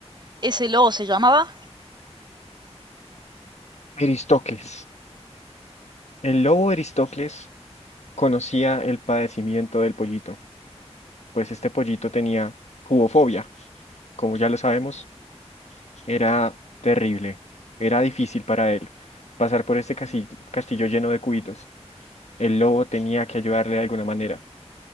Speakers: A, on the right; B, on the left.
A: Ese lobo se llamaba
B: Eristocles. El lobo Eristocles conocía el padecimiento del pollito, pues este pollito tenía cubofobia, como ya lo sabemos, Era terrible, era difícil para él pasar por este casi- castillo lleno de cubitos. El lobo tenía que ayudarle de alguna manera.